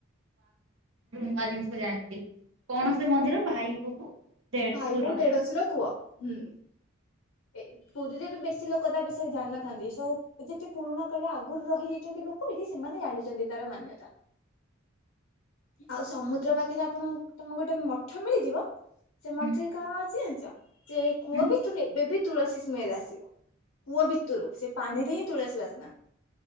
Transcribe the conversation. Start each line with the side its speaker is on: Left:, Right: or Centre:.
Right: ନୂଆ ଜିନିଷ ଜାଣିଲି କଣ ସେ ମନ୍ଦିର ଭାଇ ବୋହୂ <inaudible> ଦେଢଶୁର।
Left: ଭାଇ ବହୁ ଦେଢଶୁର କୂଅ ହୁଁ ଏ ପୁରୀରେ ବି ବେଶୀ ଲୋକ ତା ବିଷୟରେ ଜାଣିିନଥାନ୍ତି ସୋ ଯେତେ ପୁରୁଣା କାଳିଆ ଆଗରୁ ରହିଯାଇଛନ୍ତି ଲୋକ ସେମାନେ ଜାଣିଛନ୍ତି ତାର ମାନ୍ୟତା ଆଉ ସମୁଦ୍ର ପାଖରେ ଆପଣଙ୍କୁ ତମକୁ ଗୋଟେ ମଠ ମିଳିଯିବ ସେ ମଠରେ
Right: ହୁଁ
Left: କଣ ଅଛି ଜାଣିଛ ସେ କୂଅ
Right: ହୁଁ
Left: ବି ତ ଏବେ ବି ତୁଳସୀ ସ୍ମେଲ ଆସିବ କୂଅ ଭିତରୁ ସେ ପାଣିରେ ହିଁ ତୁଳସୀ ବାସନା